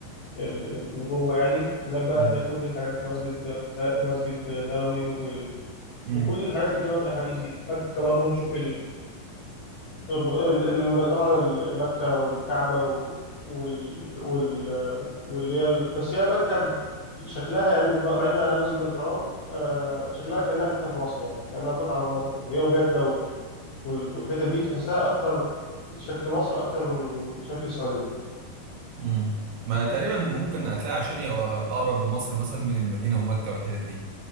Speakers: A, on the left (about 65°); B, on the right (about 80°).
A: ال- النبوة يعني هناك بقى
B: امم
A: هتلاقي كل الحاجات في مسجد قباء ومسجد نبوي وال...
B: امم
A: وكل الحاجات اللي بتبقى في الأحاديث دي مكة برضه هتشوف الب- ال- ال- طبعا ال- مكة والكعبة و- وال وال واللي هي ال- بس هي مكة ب- شكلها يعني ب- بعيدا عن المسجد الحرام آه، شكلها كأنها حتة في مصر يعني كأنها قطعة من مصر كده هي وجدة و- وال- والحتة دي تحسها أكتر شكل مصر أكتر من شكل السعودية
B: امم ما تقريبا ممكن هتلاقي عشان هي أقرب لمصر مثلا من المدينة ومكة والحتت دي